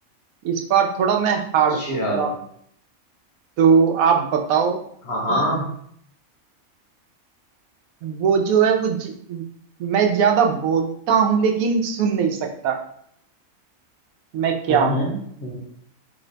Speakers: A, on the right; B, on the left.
A: इस बार थोड़ा मैं हार्ड
B: चलो
A: पूछता हूँ तो आप बताओ कि
B: हाँ हाँ
A: वो जो है वो ज, मैं ज्यादा बोलता हूँ लेकिन सुन नहीं सकता मैं क्या
B: हम्म
A: हूँ
B: हम्म,